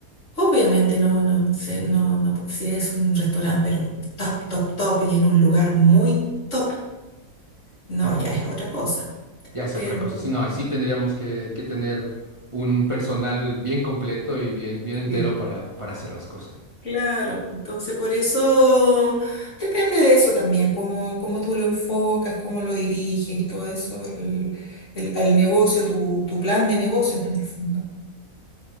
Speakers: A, on the left; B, on the right.
A: obviamente no, no, se- no, no, si es un restaurante, pero top, top, top y en un lugar muy top, no,
B: <laughs>
A: ya es otra cosa.
B: Ya es
A: Pero
B: otra cosa. Sí, no, ahí sí tendríamos que, que tener un personal bien completo y bien, bien entero
A: sí,
B: para, para hacer las cosas.
A: claro, entonces por eso depende de eso también, cómo, cómo tú lo enfocas, cómo lo diriges y todo eso, el, el, el negocio, tu, tu plan de negocios en el fondo.